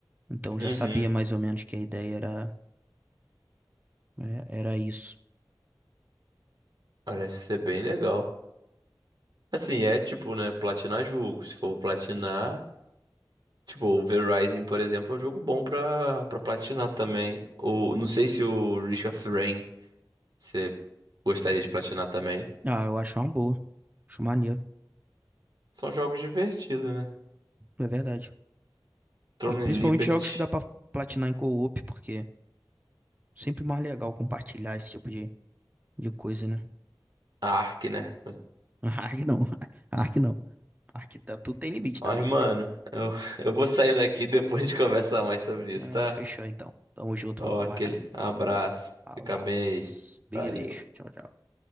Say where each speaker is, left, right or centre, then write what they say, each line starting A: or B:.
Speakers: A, on the right; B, on the right.
A: Então eu já
B: Uhum,
A: sabia mais ou menos que a ideia era, é, era isso.
B: parece ser bem legal. Assim, é tipo, né, platinar jogo. Se for platinar. Tipo, o Verizon, por exemplo, é um jogo bom pra, pra platinar também. O, não sei se o Risk of Rain você gostaria de platinar também.
A: Ah, eu acho uma boa. Acho maneiro,
B: São jogos divertidos, né?
A: é verdade.
B: Throne
A: E principalmente
B: and Liberty,
A: jogos que dá pra platinar em co-op, porque sempre mais legal compartilhar esse tipo de, de coisa, né?
B: a Ark, né?
A: <laughs> Ark não, Ark não. Ark tá, tudo tem limite
B: Mas,
A: também,
B: mano,
A: né?
B: eu, <laughs> eu vou saindo daqui e depois a gente conversa mais sobre
A: Não,
B: isso, tá?
A: fechou então. Tamo junto,
B: Ó,
A: meu camarada.
B: aquele abraço.
A: Abraço.
B: Fica bem aí.
A: Big
B: Valeu.
A: beijo. Tchau, tchau.